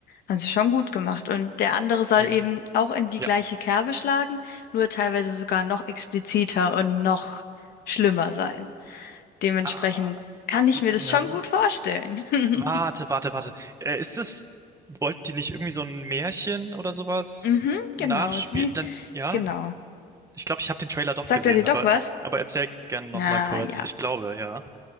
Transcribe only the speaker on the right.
Hm.
Ja.
Ah,
ja.
Warte, warte, warte. Äh, ist das, wollten die nicht irgendwie so ein Märchen oder sowas
nachspielen?
Dann, ja?
Ich glaube, ich habe den Trailer doch
gesehen,
aber,
aber erzähl gern nochmal
kurz.
Ich glaube, ja.